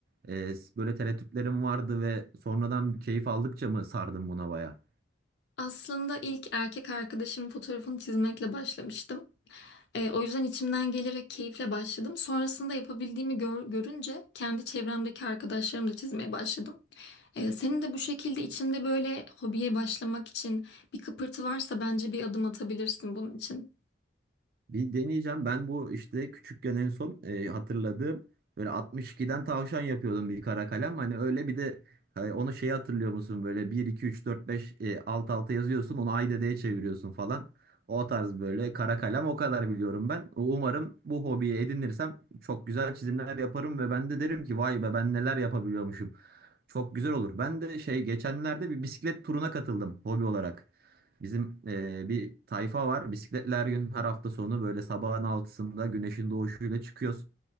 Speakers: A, on the right; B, on the left.
A: e, böyle tereddütlerin vardı ve sonradan keyif aldıkça mı sardın buna baya?
B: Aslında ilk erkek arkadaşımın fotoğrafını çizmekle başlamıştım. E, o yüzden içimden gelerek keyifle başladım. Sonrasında yapabildiğimi gör- görünce kendi çevremdeki arkadaşlarımı da çizmeye başladım. E, senin de bu şekilde içinde böyle hobiye başlamak için bir kıpırtı varsa bence bir adım atabilirsin bunun için.
A: Bir deneyeceğim. Ben bu işte küçükken en son e, hatırladığım böyle 62'den tavşan yapıyordum bir kara kalem. Hani öyle bir de hani onu şey hatırlıyor musun böyle bir 2 3 4 5 e, alt alta yazıyorsun onu ay dedeye çeviriyorsun falan. O tarz böyle kara kalem o kadar biliyorum ben. Umarım bu hobiyi edinirsem çok güzel çizimler yaparım ve ben de derim ki vay be ben neler yapabiliyormuşum. Çok güzel olur. Ben de şey geçenlerde bir bisiklet turuna katıldım hobi olarak. Bizim eee, bir tayfa var. Bisikletler gün her hafta sonu böyle sabahın altısında güneşin doğuşuyla çıkıyoruz.